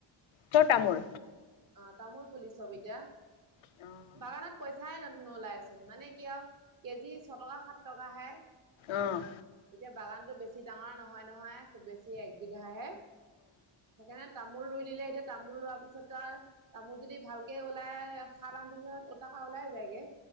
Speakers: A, on the left (about 70°); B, on the right (about 40°).
A: ছ, টামোল
B: অ, তামোল পুলি ছবি এতিয়া।
A: অ'
B: বাগানত পইচাই নোলায়চোন মানে ক, আৰু কেজি ছটকা, সাত টকাহে।
A: অ'
B: এতিয়া বাগানতটো বেছি ডাঙৰ নহয়, নহয়। খুব বেছি একবিঘাহে সেইকাৰণে তামোল ৰুই দিলে। এতিয়া তামোল ৰোৱাৰ পিছত, ত, আৰু ত, মোৰ যদি ভালকে ওলাই সাত, আঠ হাজাৰ টকা ওলাই যায়গে।